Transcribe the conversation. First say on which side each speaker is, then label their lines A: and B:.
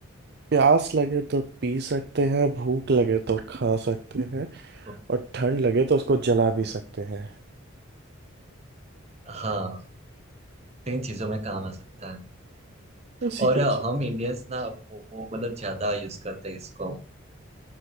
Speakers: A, on the right; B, on the right.
A: प्यास लगे तो पी सकते हैं भूख लगे तो खा सकते हैं
B: ओके,
A: और ठंड लगे
B: खा
A: तो उसको
B: सकते
A: जला भी
B: हैं।
A: सकते हैं
B: हाँ तीन चीजों में काम आ सकता है
A: ऐसी
B: और
A: क्या
B: अ,
A: चीज
B: हम इंडियंस ना वो वो मतलब ज्यादा यूज करते हैं इसको